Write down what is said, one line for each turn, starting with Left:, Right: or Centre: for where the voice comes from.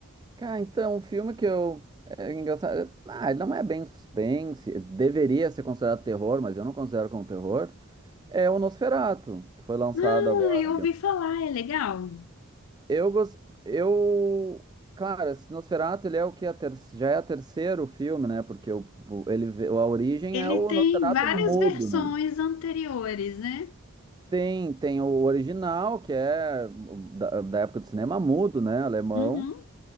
Right: Cara, então, um filme que eu. É é engraçado. Ah, ele não é bem suspense. Deveria ser considerado terror, mas eu não considero como terror. É o Nosferatu, que foi lançado
Left: Ah,
Right: agora.
Left: eu ouvi falar, é legal.
Right: Eu gosto. Eu. Cara, esse Nosferatu, ele é o que? é A ter... Já é o terceiro filme, né? Porque o... o- ele... vê- a origem
Left: Ele
Right: é o
Left: tem
Right: Nosferatu
Left: várias
Right: mudo,
Left: versões
Right: né?
Left: anteriores, né?
Right: Tem, tem o original, que é da, da época do cinema mudo, né? Alemão.
Left: Uhum,